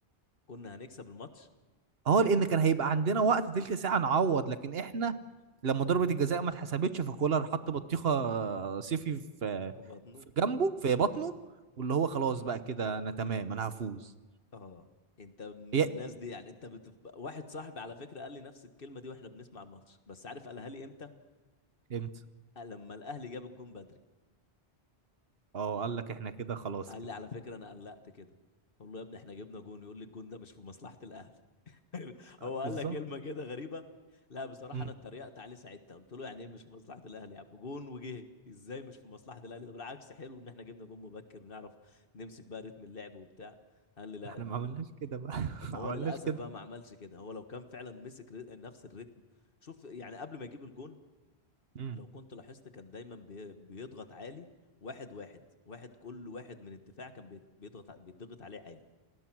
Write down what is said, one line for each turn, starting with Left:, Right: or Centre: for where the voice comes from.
Left: كنا هنكسب الماتش
Right: اه لان كان هيبقى عندنا وقت تلت ساعه نعوض لكن احنا لما ضربه الجزاء ما اتحسبتش فكولر حط بطيخه صيفي في
Left: وبطنه
Right: في جنبه في بطنه واللي هو خلاص بقى كده انا تمام انا هفوز
Left: اه انت من
Right: يا
Left: الناس دي يعني انت بتبقى واحد صاحبي على فكره قال لي نفس الكلمه دي واحنا بنسمع الماتش بس عارف قالها لي امتى
Right: امتى
Left: قال لما الاهلي جاب الجون بدري
Right: اه قال لك احنا كده خلاص
Left: قال
Right: كده
Left: لي على فكره انا قلقت كده اقول له يا ابني احنا جبنا جون يقول لي الجون ده مش في مصلحه الاهلي <laughs>
Right: آه،
Left: هو قال
Right: بالظبط
Left: لك كلمه كده غريبه لا بصراحه
Right: امم
Left: انا اتريقت عليه ساعتها قلت له يعني ايه مش في مصلحه الاهلي يا عم جون وجه ازاي مش في مصلحه الاهلي ده بالعكس حلو ان احنا جبنا جون مبكر نعرف نمسك بقى رتم اللعب وبتاع قال لي لا
Right: احنا ما عملناش كده بقى <laughs>
Left: ما
Right: ما
Left: هو
Right: عملناش
Left: للاسف
Right: كده
Left: بقى ما عملش كده هو لو كان فعلا مسك ر- نفس الريتم شوف يعني قبل ما يجيب الجون
Right: امم
Left: لو كنت لاحظت كان دايما بي- بيضغط عالي واحد واحد واحد كل واحد من الدفاع كان بي- بيضغط ع- بيضغط عليه عالي